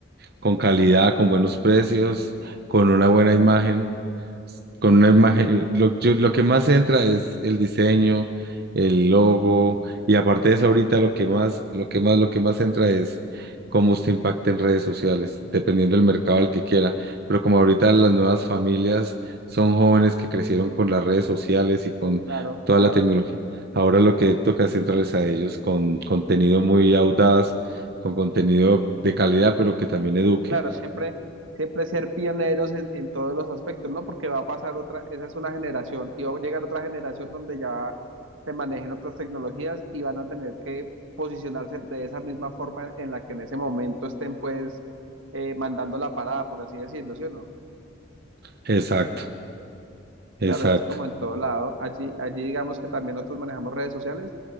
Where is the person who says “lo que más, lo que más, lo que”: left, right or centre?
Right